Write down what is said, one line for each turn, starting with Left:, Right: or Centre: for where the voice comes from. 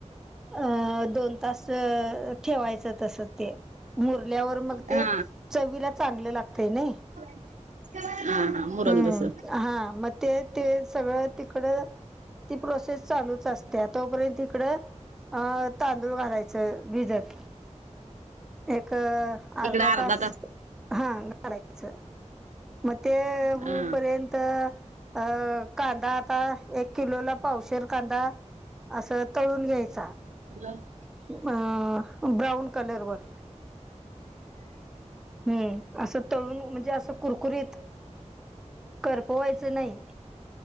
Centre: अं दोन तास ठेवायचं तसं ते मुरल्यावर मग ते
Right: हा.
Centre: चवीला चांगलं लागतयं नाय.
Right: <inaudible> मुरल
Centre: हं
Right: तस
Centre: हा मग ते ते सगळं तिकडं ती प्रोसेस चालूचं असत्या तोपर्यंत तिकडं अ तांदूळ घालायचं भिजत एक अर्धा
Right: इकड अर्धा
Centre: तास. हा घालायचं मग ते होवूपर्यंत
Right: हा.
Centre: अ कांदा आता एक किलोला पावशेर कांदा असं तळून घ्यायचा.
Right: <inaudible>
Centre: अ.... ब्राऊन कलर वर हं असं तळून म्हणजे असं कुरकुरीत करपवायचं नाही